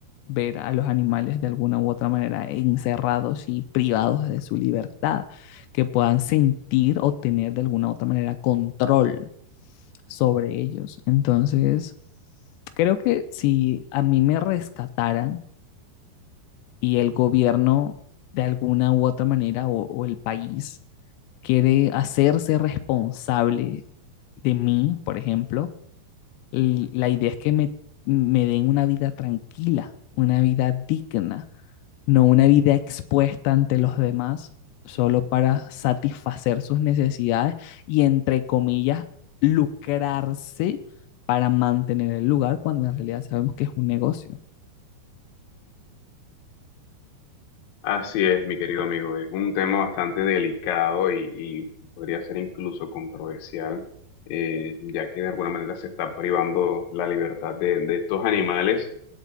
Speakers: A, on the left; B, on the left.
A: ver a los animales de alguna u otra manera encerrados y privados de su libertad, que puedan sentir o tener de alguna u otra manera control sobre ellos. Entonces, creo que si a mí me rescataran y el gobierno de alguna u otra manera o, o el país quiere hacerse responsable de mí, por ejemplo, l- la idea es que me, me den una vida tranquila, una vida digna, no una vida expuesta ante los demás solo para satisfacer sus necesidades y, entre comillas, lucrarse para mantener el lugar cuando en realidad sabemos que es un negocio.
B: Así es, mi querido amigo, es un tema bastante delicado y, y podría ser incluso controversial, eh, ya que de alguna manera se está privando la libertad de, de estos animales